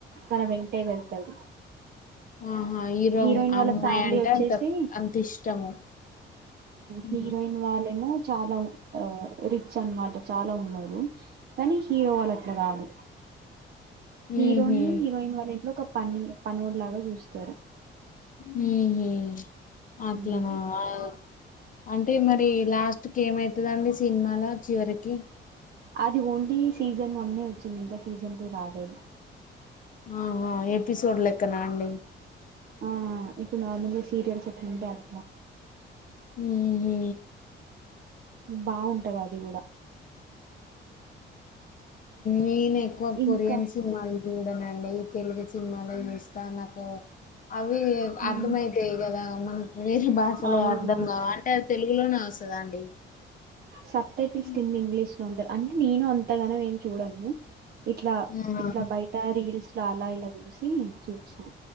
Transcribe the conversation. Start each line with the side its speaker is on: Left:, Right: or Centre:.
Right: తన వెం టె వెల్ <unintelligible>
Left: ఆహా హీరో
Right: హీరోయిన్ వాళ్ళ
Left: అమ్మాయి
Right: ఫ్యామిలీ
Left: అంటే
Right: వచ్చేసి
Left: అంత అంత ఇష్టము ఊ
Right: హీరోయిన్ వాళ్ మో చాలా ఉ ఆ రిచ్ అన్మాట చాలా ఉన్నారు కానీ హీరో వాళ్ళ అట్లా గాదు. హీరోని
Left: ఊహు
Right: హీరోయిన్ వాళ్ళ ఇంట్లో కప్ పని పనొడ్లాగా జూస్తారు
Left: మ్ హూ అట్లానా
Right: ఉమ్
Left: అయ్వ్ అంటే మరి లాస్ట్క్ ఎమైతదండి సినిమాల చివరికి
Right: అది ఓన్లీ సీజన్ వన్నె వచ్చింది. ఇంకా సీజన్ టూ రలేదు.
Left: ఆహా ఎపిసోడ్ లెక్కనా అండి
Right: ఆ ఇప్పుడు నార్మల్గా సీరియల్స్ ఎట్లుంటాయ్ అట్లా
Left: హ్మ్ హు
Right: బావుంటది అది గూడా
Left: నేనేక్కువ
Right: ఇంకా
Left: కొరియన్ సినిమాలు జూడనండి తెలుగు సినిమాలే జూస్తా నాకు అవివి
Right: హ్మ్.
Left: అర్ధమైతయి గదా అవ్ మల్లా వేషా, భాసలు
Right: అవును
Left: అర్ధం గావు. అంటే అది తెలుగులోనే వస్సదాండి.
Right: సబ్ టైటిల్స్
Left: మ్
Right: కింద ఇంగ్లీష్ లో ఉంటద్. అన్నీ నేను అంతగానం ఏం చూడను ఇట్లా
Left: ఆ
Right: ఇట్లా బయట రీల్స్ లా అలా ఇలా జుసి చేస్నా